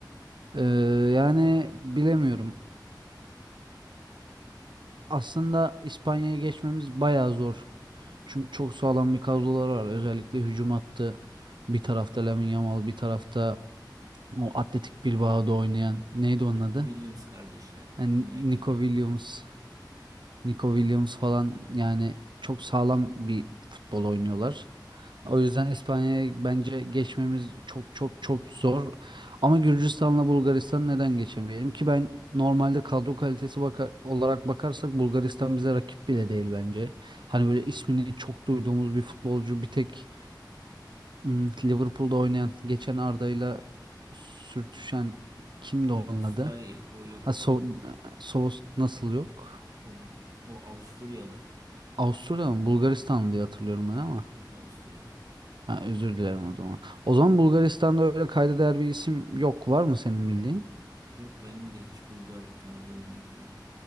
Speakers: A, on the right; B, on the right.
A: Ee, yani bilemiyorum. Aslında İspanya'ya geçmemiz bayağı zor. Çünkü çok sağlam bir kadroları var. Özellikle hücum hattı. Bir tarafta Lamine Yamal, bir tarafta o Atletik Bilbao'da oynayan neydi onun adı?
B: Williams kardeşler,
A: Yani
B: Iñaki.
A: Nico Williams, Nico Williams falan yani çok sağlam bir futbol oynuyorlar. O yüzden İspanya'ya bence geçmemiz çok çok çok zor. Ama Gürcistan'la Bulgaristan neden geçemeyelim ki ben normalde kadro kalitesi baka- olarak bakarsak Bulgaristan bize rakip bile değil bence. Hani böyle ismini çok duyduğumuz bir futbolcu bir tek hmm, Liverpool'da oynayan geçen Arda'yla sürtüşen kimdi
B: Szoboszlai
A: onun adı?
B: o yok.
A: Ha, so, Sovos nasıl yok?
B: O, o Avusturyalı.
A: Avusturya mı? Bulgaristan diye hatırlıyorum ben ama.
B: Yok Avusturyalı.
A: Ha, özür dilerim o zaman. O zaman Bulgaristan'da öyle kayda değer bir isim yok. Var mı senin bildiğin?
B: Yok benim de hiç Bulgar tanıdığım oyuncu yok.